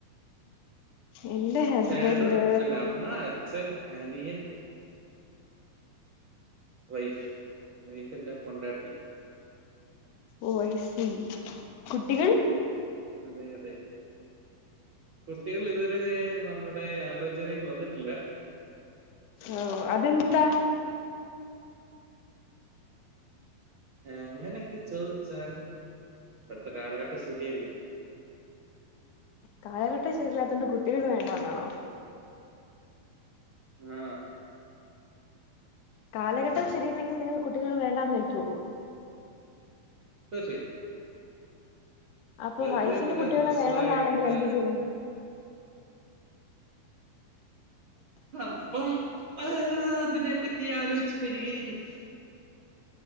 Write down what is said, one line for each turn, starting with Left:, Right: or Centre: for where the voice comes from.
Left: എന്റെ ഹെസ്ബന്ഡ്
Right: ഫാദർ അല്ല അമ്മ അച്ഛൻ അനിയൻ വൈഫ് വൈഫല്ല പൊണ്ടാട്ടി
Left: ഓ ഐസീ കുട്ടികൾ
Right: അതെയതെ കുട്ടികൾ ഇതുവരെ നമ്മുടെ ആലോചനയിൽ വന്ന്‌ ന്ന്ട്ടില്ല
Left: ഓ അതെന്താ
Right: അങ്ങനെയൊക്കെ ചോദിച്ചാൽ ഇപ്പഴ്ത്തെ കാലഘട്ടം ശരിയല്ലേ
Left: കാലഘട്ടം ശെരിയല്ലാത്തൊണ്ട് കുട്ടികൾ വേൺ ണ്ടാന്നാണോ
Right: ആ
Left: കാലഘട്ടം ശരിയില്ലെങ്കി നിങ്ങൾ കുട്ടികൾ വേണ്ടാന്ന് വെയ്ക്കുവോ
Right: തീർച്ചയായും
Left: അപ്പൊ
Right: വെറുതെ
Left: വൈഫിന്
Right: എന്തിനാ
Left: കുട്ടികളെ
Right: നമ്മളായിട്ട്
Left: വേണെന്നാണെങ്കി എന്ത് ചെയ്യും
Right: ആ പ്പം ആ അതിനെ പറ്റി ആലോച് പെരിഹരിക്കും